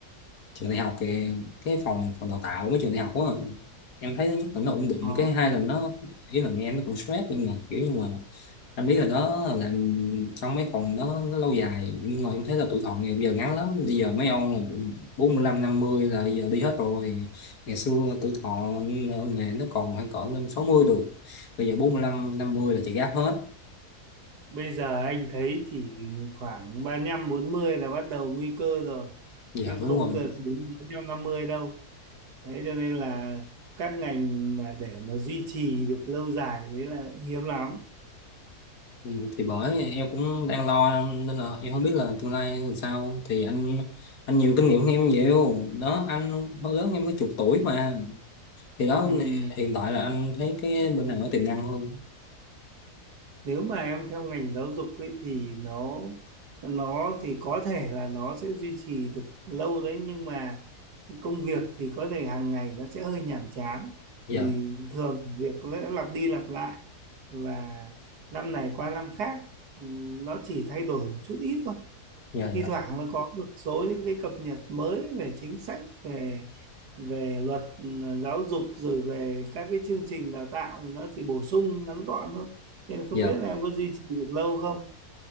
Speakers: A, on the left (about 85°); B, on the right (about 85°).
A: trường đại học kìa cái phòng phòng đào tạo mấy trường đại học á em thấy thứ nhất là nó ổn định
B: Ờ.
A: cái hai là nó ý là nghe nó cũng stress nhưng mà kiểu như mà anh biết là đó làm trong mấy phòng đó nó lâu dài nhưng mà em thấy là tuổi thọ ngày bây giờ ngắn lắm bây giờ mấy ông là bốn mươi lăm năm mươi là bây giờ đi hết rồi ngày xưa tuổi thọ nghề nó còn khoảng cỡ lên 60 được bây giờ bốn mươi lăm năm mươi là chạy gáp hết
B: Bây giờ anh thấy thì khoảng ba lăm bốn mươi là bắt đầu nguy cơ rồi
A: dạ
B: chứ
A: đúng
B: không
A: rồi
B: cực đến bốn lăm năm mươi đâu. Thế cho nên là các ngành mà để mà duy trì được lâu dài đấy là hiếm lắm.
A: Ừ, thì bởi em cũng đang lo nên là em không biết là tương lai làm sao thì anh anh nhiều kinh nghiệm hơn em nhiều đó anh hơn lớn em có chục tuổi mà thì đó
B: Ừm,
A: hiện tại là anh thấy cái bên nào có tiềm năng hơn
B: Nếu mà em theo ngành giáo dục ấy thì nó nó thì có thể là nó sẽ duy trì được lâu đấy nhưng mà công việc thì có thể hàng ngày nó sẽ hơi nhàm chán
A: dạ
B: vì thường việc nó lặp đi lặp lại và năm này qua năm khác ừm, nó chỉ thay đổi một chút ít thôi
A: dạ dạ
B: thi thoảng nó có một số những cái cập nhật mới về chính sách về về luật ừm, giáo dục rồi về các cái chương trình đào tạo thì nó chỉ bổ sung ngắn gọn thôi nên không
A: dạ
B: biết là em có duy trì được lâu không